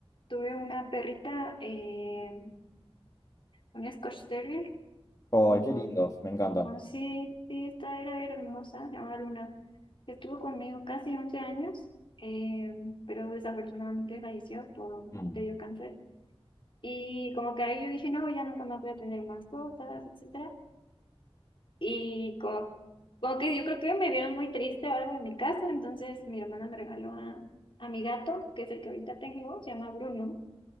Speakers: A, on the left; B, on the left.
A: tuve una perrita, eh, un Scotch Terrier, como,
B: ¡Ay, qué lindos! Me encantan.
A: oh, sí, sí, esta era, era hermosa, se llamaba Luna. Estuvo conmigo casi 11 años, eh, pero desafortunadamente falleció por,
B: Mm.
A: le dio cáncer. Y como que ahí yo dije, no, ya nunca más voy a tener mascotas, etcétera Y como, como que yo creo que me vieron muy triste o algo en mi casa, entonces mi hermana me regaló a, a mi gato, que es el que ahorita tengo, se llama Bruno,